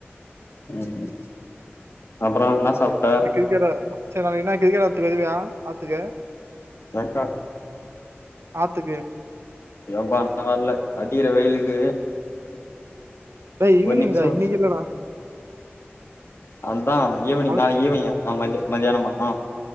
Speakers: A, on the left (about 70°); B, on the right (about 80°).
A: ம் அப்றோ இனா சாப்ட
B: கீற சரி நாளைக் இனா கிரிக்கெட் விளாத்துக் வருவியா ஆத்துக்கு
A: எங்கா
B: ஆத்துக்கு
A: எப்பா நா வர்ல அடிக்கற வெயிலுக்கு
B: டேய் ஈவினிங்
A: ஒரு நிமிஷோ
B: டா இன்னிக் இல்லடா
A: அத்தா ஈவினிங்
B: நாளைக்கு
A: நாளைக் ஈவினிங் ம மதியானமா